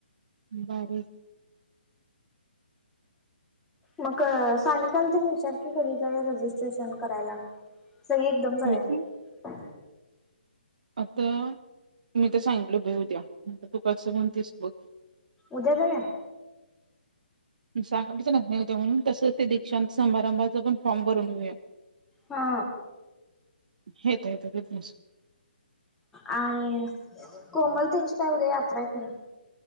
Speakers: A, on the right; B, in the centre.
A: भारी ए
B: मग सानिकाला ते नी विचार की कधी जाऊया रजिस्ट्रेशन करायला सगळे एकदम जाऊयात
A: मी पण आता मी तर सांगितलं बाई उद्या तू कसं म्हणतीस बघ
B: उद्या जाऊया
A: मग सांगायचं ना येते म्हणून तसंच ते दीक्षांत समारंभाचं पण फॉर्म भरून घेऊया
B: हा
A: येतं येतं येत नाहीस
B: आणि कोमल त्यांची काय उद्या यात्रा ए खरं